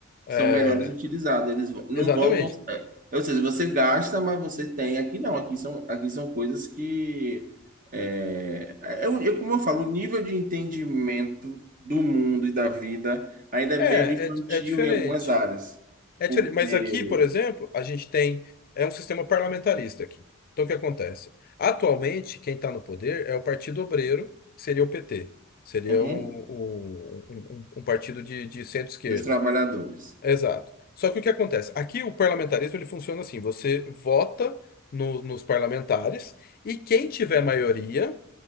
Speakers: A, on the left (about 45°); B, on the right (about 40°).
A: Eh,
B: São melhores utilizados, eles vo- não
A: exatamente.
B: voltam. é, é, ou seja, você gasta, mas você tem. Aqui não, aqui são, aqui são coisas que. É, é, o- é como eu falo, o nível de entendimento do mundo e da vida ainda é
A: É,
B: meio infantil
A: é, é diferente.
B: em algumas áreas,
A: É
B: porque
A: diferente, mas aqui, por exemplo, a gente tem é um sistema parlamentarista aqui. Então o que acontece? Atualmente, quem está no poder é o Partido Obreiro, que seria o PT. Seria
B: uhum,
A: um, um, um- um um partido de, de centro-esquerda.
B: dos trabalhadores
A: Exato. Só que o que acontece? Aqui o parlamentarismo ele funciona assim: você vota no- nos parlamentares e quem tiver maioria